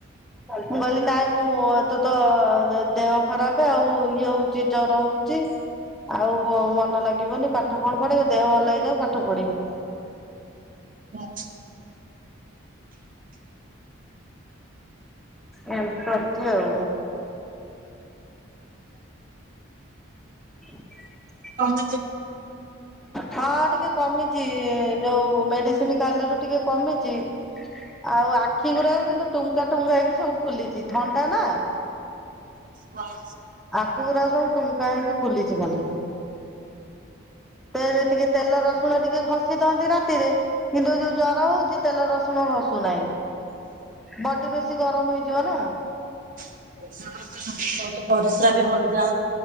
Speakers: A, in the centre; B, on the right.
A: ମୁଁ ଗଲି ନାଇଁ ମୁଁ ତୁ ତ ଦେହ ଖରାପ ଆଉ ଇଏ ହଉଚି ଜର ହଉଚି ଆଉ ଉ ମନ ଲାଗିବନି ପା ଠ କଣ ପଢେଇବ ଦେହ ଭଲ ହେଇଯାଉ ପା ପଡିବୁ
B: ହଁ।
A: ଏ <unintelligible> ଆଉ <inaudible>
B: ତଚ
A: ହଁ ଟିକେ କମିଛି ଯୋଉ ମେଡିସିନ ଖାଇଲାରୁ ଟିକେ କମିଛି ଆଉ ଆଖି ଗୁଡାକ କିନ୍ତୁ ଟୁଙ୍କା ଟୁଙ୍କା ହେଇକି ସବୁ ଫୁଲିଛି ଥଣ୍ଡା ନା
B: ହଁ
A: ପାଖା ସବୁ ଟୁଙ୍କା ହେଇକି ଫୁଲିଛି ମାନେ ତ ଟିକେ ତେଲ ରସୁଣ ଟିକେ ଖସିି ଦଅନ୍ତି ରାତିରେ କିନ୍ତୁ ଏ ଯୋଉ ଜର ହଉଛି ତେଲ ରସୁଣ ଘଷୁନାହିଁ ବଡି ବେଶୀ ଗରମ ହେଇଯିବ ନା
B: ତ ପରିସ୍ରା ବି ଭଲ ଯା